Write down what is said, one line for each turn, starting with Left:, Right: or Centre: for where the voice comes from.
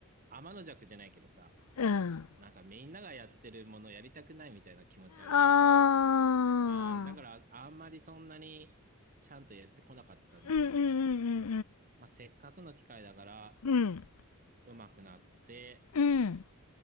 Right: 天の弱じゃないけどさ、
Left: うん。
Right: なんかみんながやってるものやりたくないみたいな気持ちあるじゃん。
Left: ああ、
Right: ああ、だからあんまりそんなにちゃんとやってこなかったんだけど、
Left: うんうん
Right: まあ、せっかくの機会だから
Left: うんうんうん。
Right: 上手くなって、
Left: うん。うん。